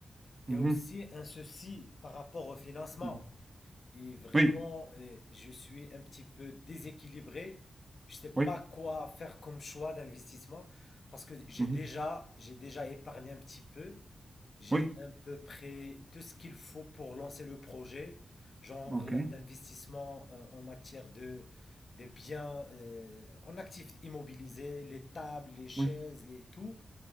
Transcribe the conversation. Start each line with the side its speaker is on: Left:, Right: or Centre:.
Right: Mhm.
Left: Il y a aussi un souci par rapport au financement.
Right: Mhm.
Left: Et vraiment,
Right: Oui,
Left: euh, je suis un petit peu déséquilibré. Je sais pas
Right: oui,
Left: quoi faire comme choix d'investissement parce que j'ai
Right: Mhm.
Left: déjà, j'ai déjà épargné un petit peu. J'ai
Right: oui,
Left: à peu près tout ce qu'il faut pour lancer le projet, genre
Right: ok,
Left: l- l'investissement euh, en matière de des biens euh, en actifs immobilisés, les tables, les chaises,
Right: oui, ouais,
Left: les tout.